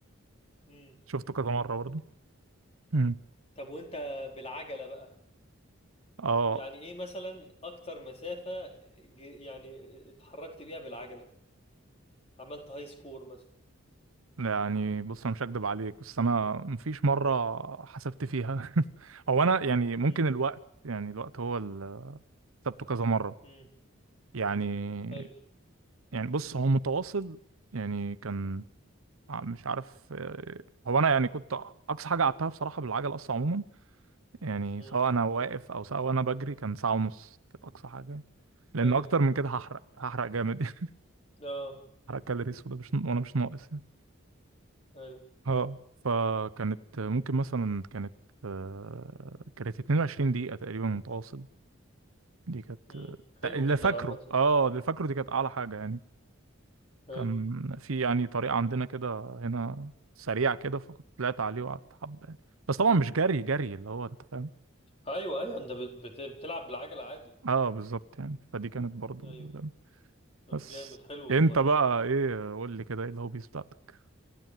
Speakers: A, on the left; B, on the right.
A: مم.
B: <laughs> شفته كذا مرة برضه مم.
A: طب وانت بالعجلة بقى
B: اه
A: يعني ايه مثلا اكتر مسافة ج- يعني اتحركت بيها بالعجلة عملت هاي سكور مثلا
B: يعني بص انا مش هكدب عليك بس انا مفيش مرة حسبت فيها <laughs> هو انا يعني ممكن
A: امم
B: الوقت يعني الوقت هو اللي حسبته كذا مرة
A: امم
B: يعني
A: حلو
B: يعني بص هو متواصل يعني كان ع- مش عارف آه، هو انا يعني كنت اقصى حاجه قعدتها بصراحه بالعجل اصلا عموما يعني
A: امم
B: سواء انا واقف او سواء انا بجري كان ساعه ونص كانت اقصى حاجه يعني
A: حلو
B: لان اكتر من كده هحرق هحرق جامد <laughs> يعني
A: اه
B: هحرق كالوريز وده مش وانا مش ناقص يعني
A: ايوه
B: اه فكانت ممكن مثلا كانت آه، كانت 22 دقيقه تقريبا متواصل دي كانت
A: امم حلو
B: آه، اللي
A: جدا
B: فاكره
A: عامة
B: اه اللي فاكره دي كانت اعلى حاجه يعني
A: ايوه
B: كان في يعني طريق عندنا كده هنا سريع كده فكنت طلعت عليه وقعدت حبة يعني بس طبعا مش جري جري اللي هو انت فاهم
A: ايوه ايوه انت بت- بت- بتلعب بالعجلة عادي
B: اه بالظبط يعني فدي كانت برضو
A: ايوه
B: جامدة
A: طب
B: بس
A: جامد حلو
B: انت
A: والله
B: بقى ايه قول لي كده ايه الهوبيز بتاعتك